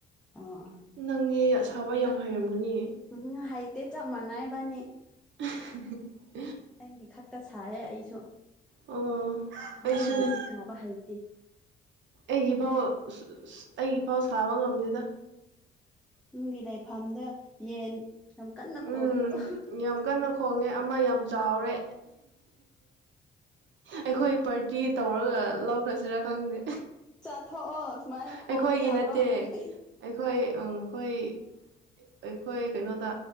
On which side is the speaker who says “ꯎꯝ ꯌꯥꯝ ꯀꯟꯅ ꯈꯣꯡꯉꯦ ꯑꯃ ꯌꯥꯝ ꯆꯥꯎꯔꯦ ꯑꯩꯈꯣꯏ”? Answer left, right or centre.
Right